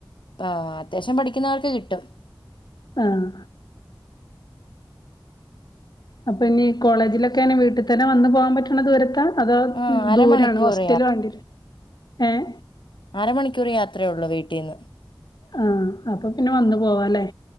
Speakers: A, on the left; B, on the left.
A: ആഹ് അത്യാവിശ്യം പഠിക്കുന്നവർക്ക് കിട്ടും
B: ആഹ് അപ്പൊ ഇനി കോളേജിലൊക്കെ എങ്ങനെ വീട്ട് തന്നെ വന്ന് പോകാൻ പറ്റ്ണ ദൂരെത്താ? അതോ
A: ആഹ് അരമണിക്കൂർ
B: ദൂരാണോ? ഹോസ്റ്റല് വേണ്ടി വരോ? ഏഹേ?
A: അര മണിക്കൂർ യാത്രേയൊള്ളൂ വീട്ടീന്ന്
B: ആഹ് അപ്പൊ പിന്നെ വന്ന് പോവാലേ?